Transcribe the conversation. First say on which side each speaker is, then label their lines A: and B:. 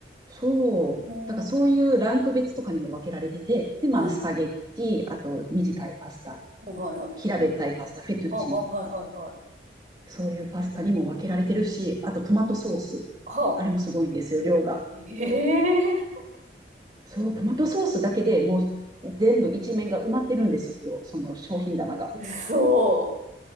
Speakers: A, on the right (about 20°); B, on the right (about 40°).
A: そう。
B: うん。
A: だからそういうランク別とかにも分けられてて、で、まあ、
B: はい
A: スパゲッティ、あと短いパスタ
B: うん。はいはいはい。
A: 平べったいパスタ、フェトゥチーネとか、
B: あ、あ、はいはいはい。
A: そういうパスタにも分けられてるし、あとトマトソース。
B: はあ。
A: あれもすごいんですよ、量が。
B: ええ
A: そう、トマトソースだけでもう全部一面が埋まってるんですよ、その商品棚が。
B: ー嘘。